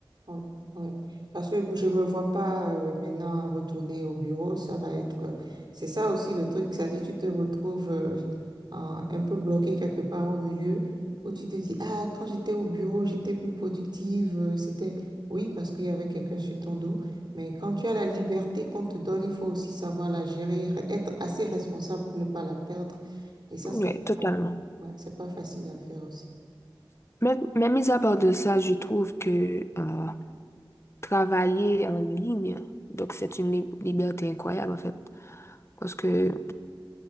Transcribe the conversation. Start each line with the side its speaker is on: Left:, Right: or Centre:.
Right: Oui, oui. Parce que je me vois pas euh, maintenant retourner au bureau. Ça va être. euh, C'est ça aussi le truc. Ça dit, tu te retrouves euh, en- un peu bloqué quelque part au milieu où tu te dis, ah, quand j'étais au bureau, j'étais plus productive. euh, C'était. Oui, parce qu'il y avait quelqu'un sur ton dos. Mais quand tu as la liberté qu'on te donne, il faut aussi savoir la gérer, re- être assez responsable pour ne pas la perdre. Et ça,
Left: Oui,
Right: c'est
Left: totalement.
Right: pas, ouais, c'est pas facile à faire aussi.
Left: Mais, mais mis à part de ça, je trouve que euh, travailler en ligne, donc c'est une lib- liberté incroyable en fait. Parce que